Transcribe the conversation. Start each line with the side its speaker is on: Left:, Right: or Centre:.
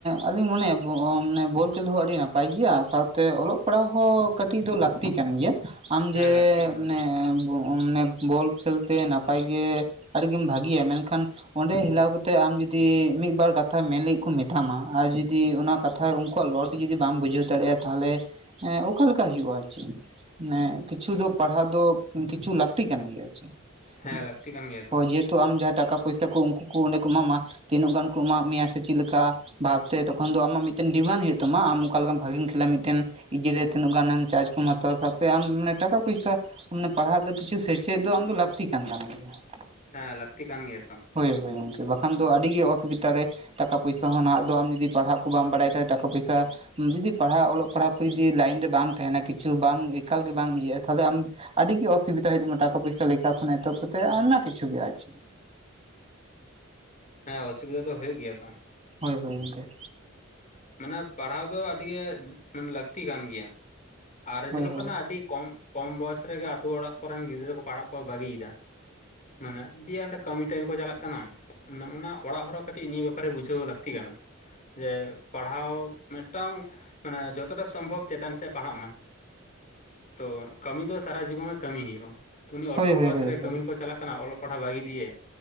Right: ᱟᱹᱞᱤᱧ ᱢᱚᱱᱮᱭᱟ ᱢᱟᱱᱮ ᱵᱚᱞ ᱠᱷᱮᱞ ᱦᱚ ᱟᱹᱰᱤ ᱱᱟᱯᱟᱭ ᱜᱮᱭᱟ, ᱥᱟᱶᱛᱮ ᱚᱞᱚᱜ ᱥᱟᱯᱲᱟᱣ ᱦᱚᱸ ᱠᱟᱹᱴᱤᱡ ᱫᱚ ᱞᱟᱹᱠᱛᱤ ᱠᱟᱱ ᱜᱮᱭᱟ ᱟᱢ
Left: ᱦᱮᱸ
Right: ᱡᱮ
Left: ᱞᱟᱹᱠᱛᱤ ᱠᱟᱱᱟ
Right: ᱢᱟᱱᱮ
Left: ᱛᱚ
Right: ᱢᱟᱱᱮ ᱵᱚᱞ ᱠᱷᱮᱞ ᱛᱮ ᱱᱟᱯᱟᱭ ᱜᱮ ᱟᱹᱰᱤᱜᱮᱢ ᱵᱷᱟᱜᱤᱭᱟ ᱢᱮᱱᱠᱷᱟᱱ ᱠᱷᱟᱱ ᱚᱸᱰᱮ ᱦᱤᱞᱟᱣ ᱠᱟᱛᱮᱜ ᱟᱢ ᱡᱩᱫᱤ ᱡᱩᱫᱤ ᱢᱤᱫ ᱵᱟᱨ ᱠᱟᱛᱷᱟ ᱢᱮᱱ ᱞᱟᱹᱜᱤᱫ ᱠᱚ ᱢᱮᱛᱟᱢᱟ ᱟᱨ ᱡᱩᱫᱤ ᱚᱱᱟ ᱠᱟᱛᱷᱟ ᱩᱱᱠᱩᱣᱟᱜ ᱨᱚᱲ ᱜᱮ ᱡᱩᱫᱤ ᱵᱟᱢ ᱵᱩᱡᱷᱟᱹᱣ ᱫᱟᱲᱮᱭᱟᱜᱼᱟ ᱾ ᱛᱟᱦᱚᱞᱮ ᱮ ᱚᱠᱟᱞᱮᱠᱟ ᱦᱩᱭᱩᱜᱼᱟ ᱟᱨᱠᱤ, ᱢᱟᱱᱮ ᱠᱤᱪᱷᱩ ᱫᱚ ᱯᱟᱲᱦᱟᱣ ᱫᱚ ᱠᱤᱪᱷᱩ ᱞᱟᱹᱠᱛᱤ ᱠᱟᱱ ᱜᱮᱭᱟ ᱟᱨ ᱪᱮᱫ
Left: ᱦᱮᱸ
Right: ᱾
Left: ᱞᱟᱹᱠᱛᱤ ᱠᱟᱱ ᱜᱮᱭᱟ ᱛᱚ
Right: ᱦᱳᱭ ᱡᱮᱦᱮᱛᱩ ᱟᱢ ᱡᱟᱦᱟᱸ ᱴᱟᱠᱟ ᱯᱚᱭᱥᱟ ᱠᱚ ᱩᱱᱠᱩ ᱠᱚ ᱚᱸᱰᱮ ᱠᱚ ᱮᱢᱟᱢᱟ ᱾ ᱛᱤᱱᱟᱹᱜ ᱜᱟᱱ ᱠᱚ ᱮᱢᱟᱫ ᱢᱮᱭᱟ ᱥᱮ ᱪᱮᱫ ᱞᱮᱠᱟ ᱵᱷᱟᱵᱽᱛᱮ ᱛᱚᱠᱷᱚᱱ ᱫᱚ ᱟᱢᱟᱜ ᱢᱤᱫᱴᱮᱱ ᱰᱤᱢᱟᱱᱰ ᱦᱩᱭᱩᱜ ᱛᱟᱢᱟ ᱾ ᱟᱢ ᱚᱠᱟ ᱞᱮᱠᱟ ᱵᱷᱟᱜᱤᱢ ᱠᱷᱮᱞᱟ ᱢᱤᱫᱴᱮᱱ ᱤᱡᱮᱨ ᱨᱮ ᱛᱤᱱᱟᱹᱜ ᱜᱟᱱᱮᱢ ᱪᱟᱨᱡ ᱠᱚᱢ ᱦᱟᱛᱟᱣᱟ ᱥᱟᱶᱛᱮ ᱟᱢ ᱢᱟᱱᱮ ᱴᱟᱠᱟ ᱯᱚᱭᱥᱟ ᱢᱮ ᱯᱟᱲᱦᱟᱜ ᱫᱚ ᱠᱤᱪᱷᱩ ᱥᱮᱸᱪᱮᱫ ᱫᱚ ᱟᱢ ᱫᱚ ᱞᱟᱹᱠᱛᱤ ᱠᱟᱱ ᱛᱟᱢ ᱜᱮᱭᱟ ᱾
Left: ᱦᱮᱸ ᱞᱟᱹᱠᱛᱤ ᱠᱟᱱ ᱜᱮᱭᱟ ᱛᱚ ᱾
Right: ᱦᱳᱭ ᱦᱳᱭ ᱜᱚᱝᱠᱮ ᱵᱟᱠᱷᱟᱱ ᱫᱚ ᱟᱹᱰᱤ ᱜᱮ ᱚᱥᱩᱵᱤᱫᱷᱟ ᱨᱮ ᱴᱟᱠᱟ ᱯᱚᱭᱥᱟ ᱦᱚᱸ ᱱᱟᱦᱟᱜ ᱫᱚ ᱟᱢ ᱡᱩᱫᱤ ᱯᱟᱲᱦᱟᱜ ᱠᱚ ᱵᱟᱢ ᱵᱟᱲᱟᱭ ᱠᱷᱟᱡ ᱴᱟᱠᱟ ᱯᱚᱭᱥᱟ ᱡᱩᱫᱤ ᱯᱟᱲᱦᱟᱜ ᱚᱞᱚᱜ ᱯᱟᱲᱦᱟᱜ ᱠᱚ ᱡᱩᱫᱤ ᱞᱟᱭᱤᱱ ᱨᱮ ᱵᱟᱢ ᱛᱟᱦᱮᱱᱟ ᱠᱤᱪᱷᱩ ᱵᱟᱢ ᱮᱠᱟᱞ ᱜᱮ ᱵᱟᱢ ᱤᱭᱟᱹᱜᱼᱟ ᱛᱟᱦᱞᱮ ᱟᱢ ᱟᱹᱰᱤᱜ ᱜᱮ ᱚᱥᱩᱵᱤᱫᱟ ᱦᱩᱭᱩᱜ ᱛᱟᱢᱟ ᱴᱟᱠᱟ ᱯᱚᱭᱥᱟ ᱞᱮᱠᱟ ᱠᱷᱚᱱ ᱮᱛᱚᱦᱚᱵ ᱠᱟᱛᱮᱫ ᱟᱭᱢᱟ ᱠᱤᱪᱷᱩ ᱜᱮ᱾ ᱟᱨᱪᱮ
Left: ᱦᱮᱸ, ᱚᱥᱩᱵᱤᱫᱟ ᱫᱚ ᱦᱩᱭᱩᱜ ᱜᱮᱭᱟ ᱛᱚ
Right: ᱦᱳᱭ ᱦᱳᱭ ᱜᱚᱝᱠᱮ
Left: ᱦᱩᱸ ᱢᱟᱱᱮ ᱯᱟᱲᱦᱟᱣ ᱫᱚ ᱟᱹᱰᱤ ᱜᱮ ᱢᱟᱱᱮ ᱞᱟᱹᱠᱛᱤ ᱠᱟᱱ ᱜᱮᱭᱟ᱾ ᱟᱨ
Right: ᱦᱳᱭ
Left: ᱧᱮᱞᱚᱜ
Right: ᱦᱳᱭ
Left: ᱠᱟᱱᱟ ᱟᱹᱰᱤ ᱠᱚᱢ ᱠᱚᱢ ᱵᱚᱭᱮᱥ ᱨᱮᱜᱮ ᱟᱛᱳ ᱚᱲᱟᱜ ᱠᱚᱨᱮᱱ ᱜᱤᱫᱽᱨᱟᱹ ᱠᱚ ᱯᱟᱲᱦᱟᱜ ᱠᱚ ᱵᱟᱹᱜᱤᱭᱮᱫᱟ᱾ ᱢᱟᱱᱮ ᱫᱤᱭᱮ ᱚᱱᱛᱮ ᱠᱟᱹᱢᱤ ᱴᱟᱹᱢᱤ ᱠᱚ ᱪᱟᱞᱟᱜ ᱠᱟᱱᱟ᱾ ᱢᱟᱱᱮ ᱚᱱᱟ ᱚᱲᱟᱜ ᱦᱚᱲ ᱦᱚᱸ ᱠᱟᱹᱴᱤᱡ ᱱᱤᱭᱟᱹ ᱵᱮᱯᱟᱨ ᱨᱮ ᱵᱩᱡᱷᱟᱹᱣ ᱞᱟᱹᱠᱛᱤ ᱠᱟᱱᱟ᱾ ᱡᱮ ᱯᱟᱲᱦᱟᱣ ᱢᱮᱫᱴᱟᱝ ᱢᱟᱱᱮ ᱡᱚᱛᱚᱴᱟ ᱥᱚᱢᱵᱷᱚᱵ ᱪᱮᱛᱟᱱ ᱥᱮᱫ ᱯᱟᱲᱦᱟᱜ ᱢᱟᱭ ᱛᱚ ᱠᱟᱹᱢᱤ ᱫᱚ ᱥᱟᱨᱟ ᱡᱤᱵᱚᱱ ᱜᱮ ᱠᱟᱹᱢᱤ ᱦᱩᱭᱩᱜᱼᱟ᱾ ᱩᱱᱤ ᱚᱞᱯᱚ
Right: ᱦᱳᱭ ᱦᱳᱭ
Left: ᱵᱚᱭᱮᱥ
Right: ᱦᱳᱭ
Left: ᱨᱮ
Right: ᱦᱳᱭ
Left: ᱠᱟᱹᱢᱤ ᱠᱚ ᱪᱟᱞᱟᱜ ᱠᱟᱱᱟ ᱚᱞᱚᱜ ᱯᱟᱲᱦᱟᱜ ᱵᱟᱹᱜᱤ ᱫᱤᱭᱮ᱾